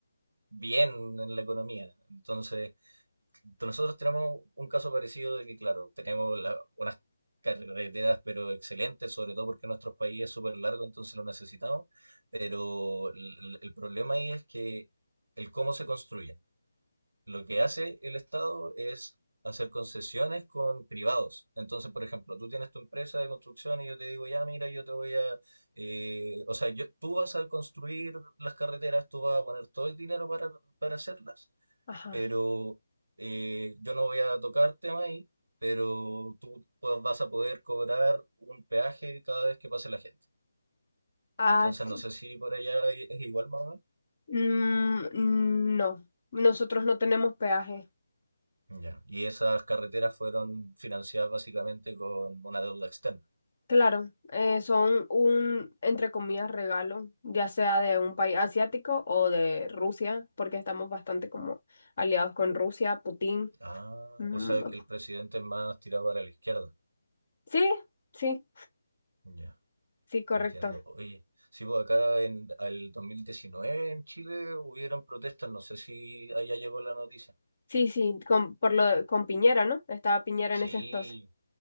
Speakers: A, on the right; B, on the left.
A: bien en la economía. Entonces, nosotros tenemos un caso parecido de que, claro, tenemos la- unas carreteras, pero excelentes, sobre todo porque nuestro país es súper largo, entonces lo necesitamos, pero el, el problema ahí es que el cómo se construyen. Lo que hace el Estado es hacer concesiones con privados. Entonces, por ejemplo, tú tienes tu empresa de construcción y yo te digo, ya, mira, yo te voy a, eh, o sea, yo, tú vas a construir las carreteras, tú vas a poner todo el dinero para, para hacerlas,
B: Ajá.
A: pero eh, yo no voy a tocar tema ahí, pero tú pues, vas a poder cobrar un peaje cada vez que pase la gente.
B: Ah,
A: Entonces,
B: sí.
A: no sé si por allá es igual, más o menos.
B: Mm, no, nosotros no tenemos peaje.
A: Ya. Y esas carreteras fueron financiadas básicamente con una deuda externa.
B: Claro, eh, son un, entre comillas, regalo, ya sea de un país asiático o de Rusia, porque estamos bastante como aliados con Rusia, Putin.
A: Ah,
B: Mm,
A: o sea que el presidente es más tirado para la izquierda.
B: sí, sí,
A: Ya,
B: sí, correcto.
A: entiendo. Oye, si pues acá en el 2019 en Chile hubieron protestas, no sé si allá llegó la noticia.
B: Sí, sí, con, por lo, de- con Piñera, ¿no? Estaba Piñera
A: Sí,
B: en ese entonces.